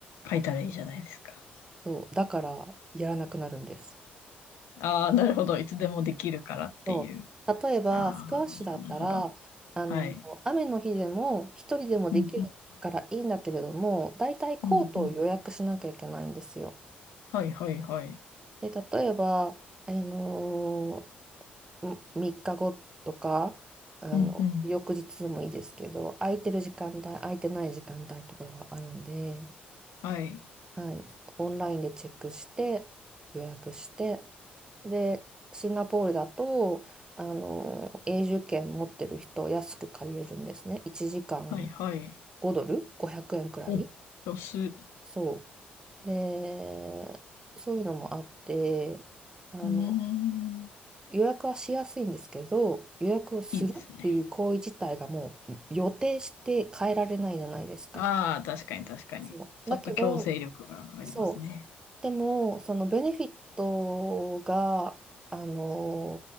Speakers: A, on the left (about 85°); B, on the right (about 20°).
A: 書いたらいいじゃないですか。
B: そう、だからやらなくなるんです。
A: ああ、なるほど。いつでもできるからっていう。
B: そう。例えば、
A: ああ、
B: スクワッシュだったら、
A: なるほど、なるほど。
B: あの、
A: はい。
B: 雨の日でも一人でもできるからいいんだけれども、
A: うんうん
B: だいたいコートを予約しなきゃいけないんですよ。
A: うんうん。はいはいはい。
B: で、例えば、あの3日後とか、あの、
A: うんうん。
B: 翌日でもいいですけど、空いてる時間帯、空いてない時間帯とかがあるんで、
A: はい。
B: はい、オンラインでチェックして予約してでシンガポールだとあの永住権持ってる人安く借りれるんですね1時間
A: はいはい。
B: 5ドル500円くえんくらい
A: お、ん安。う
B: そうでそういうのもあってあの
A: ーん。
B: 予約はしやすいんですけど予約をするっていう行為自体がもう予定して変えられないじゃないですか。
A: いいですね。ああ、確かに確かに。
B: そうだけど、
A: ちょっと強制力がありますね。
B: そうでも、そのベネフィットが、あの